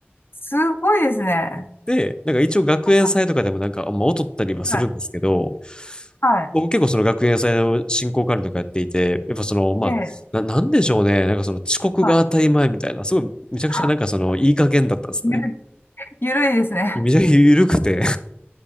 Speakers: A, on the left; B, on the left.
A: すごいですね。
B: で、なんか一応学園祭とかでもなんか、
A: は
B: まあ、劣ったりはするんですけど、
A: い。はい。はい。
B: 僕結構その学園祭の進行管理とかやっていて、やっぱその、まあ、
A: ええ
B: な、なんでしょうね。なんかその遅刻が当たり前みたいな、
A: はい。
B: すごいめちゃくちゃなんかそのいい加減だったんですね。
A: あゆるい、ゆるいですね。
B: めちゃくちゃ緩くて